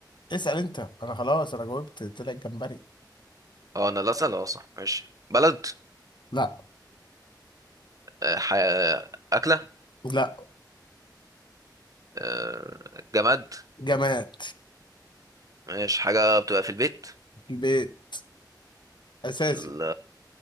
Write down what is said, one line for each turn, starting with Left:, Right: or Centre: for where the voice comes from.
Left: اسأل انت انا خلاص انا جاوبت طلع الجمبري
Right: اه انا اللي اسال اه صح ماشي بلد
Left: لا
Right: آه... ح... آه، اكله
Left: لا
Right: آه... جماد
Left: جماد
Right: ماشي حاجه بتبقى في البيت
Left: البيت اساسي
Right: في ال...